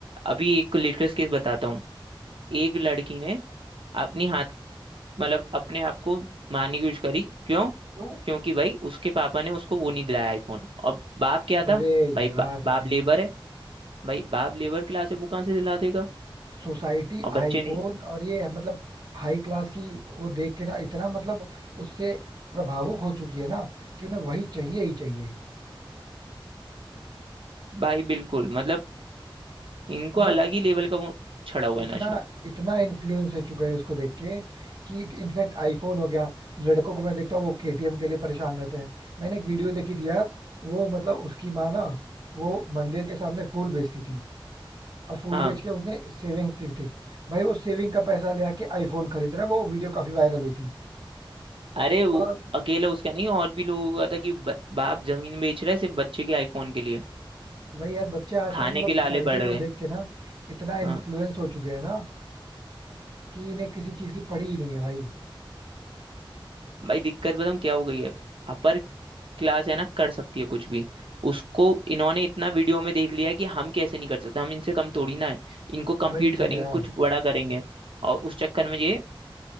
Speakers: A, on the right (about 75°); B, on the right (about 50°).
A: अभी एक लेटेस्ट केस बताता हूँ एक लड़की ने अपनी हाथ मतलब अपने आप को मारने की कोशिश करी क्यों
B: क्यों
A: क्योंकि भाई उसके पापा ने उसको वो नहीं दिलाया आईफोन और बाप क्या
B: अरे
A: था भाई
B: यार
A: बा, बाप
B: भाई
A: लेबर है भाई बाप लेबर क्लास है वो कहाँ से दिला देगा
B: सोसाइटी
A: और बच्चे
B: आईफोन
A: ने
B: और ये मतलब हाई क्लास की वो देख के ना इतना मतलब उससे प्रभावुक हो चुकी है ना कि उन्हें वही चाहिए ही चाहिए
A: भाई बिल्कुल मतलब इनको
B: मतलब
A: अलग ही लेवल का वो छड़ा हुआ
B: इतना
A: है नशा
B: इतना इन्फ्लुएंस हो चुके हैं इसको देख के कि इनफैक्ट आईफोन हो गया लड़कों को मैं देखता हूँ वो केटीएम के लिए परेशान रहते हैं मैंने एक वीडियो देखी थी यार वो मतलब उसकी माँ ना वो मंदिर के सामने फूल बेचती थी और फूल
A: हाँ
B: बेच के उसने सेविंग की थी भाई वो सेविंग का पैसा ले आके आईफोन खरीद रहा है वो वीडियो काफी वायरल हुई थी
A: अरे वो
B: और
A: अकेला उसका नहीं और भी लोगों का था कि ब- बाप जमीन बेच रहा है सिर्फ बच्चे के आईफोन के लिए
B: वही यार बच्चे आजकल
A: खाने
B: मतलब
A: के लाले
B: सोसाइटी
A: पड़ गए
B: को देख के ना इतना
A: हाँ
B: इन्फ्लुएंस हो चुके हैं ना कि इन्हें किसी चीज की पड़ी ही नहीं है भाई
A: भाई दिक्कत बताऊँ क्या हो गई है अपर क्लास है ना कर सकती है कुछ भी उसको इन्होंने इतना वीडियो में देख लिया है कि हम कैसे नहीं कर सकते हम इनसे कम थोड़ी ना है इनको
B: वही
A: कम्पीट
B: चीज
A: करेंगे
B: है यार
A: कुछ बड़ा करेंगे और उस चक्कर में ये